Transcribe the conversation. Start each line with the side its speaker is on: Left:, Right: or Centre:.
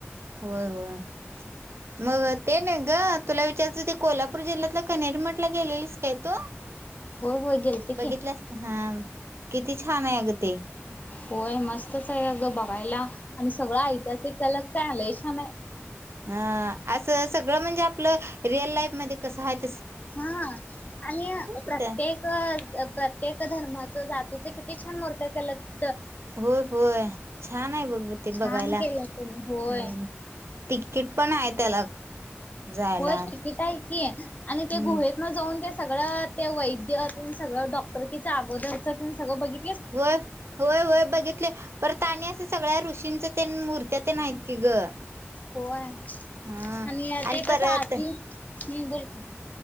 Right: होय होय. मग ते नाही ग तुला विचारतं ते कोल्हापूर जिल्ह्यातला कनेरी मठला गेलेलीस काय तू.
Left: होय होय गेलते
Right: बघितलंस
Left: की
Right: का हा किती छान आहे अग ते.
Left: होय मस्तच आहे अग बघायला आणि सगळं ऐतिहासिक त्याला काय आलंय छान आहे.
Right: हा असं सगळं म्हणजे आपलं रिअल लाईफ मध्ये कस आहेत.
Left: हा आणि प्रत्येक
Right: तिथं.
Left: प्रत्येक धर्मा. जातीच किती छान मूर्त केल्यात.
Right: होय होय छान आहे बघ ते
Left: छान
Right: बघायला
Left: केलं
Right: हो.
Left: तुम्ही होय
Right: किटपण आहे त्याला. जायला.
Left: होय तिकीट आहे की आणि ते
Right: हम्म
Left: गुहेत ना जाऊन त्या. सगळं ते वैदयतून सगळं डॉक्टरकीच्या अगोदरच सगळं बघित.
Right: होय होय होय बघितले परत आणि असं सगळ्या ऋषी. किंच त्या मूर्त्या ते आहेत की ग.
Left: हो आहे.
Right: हा
Left: आणि ते
Right: परत
Left: कसं आधी. हम्म बोल कि.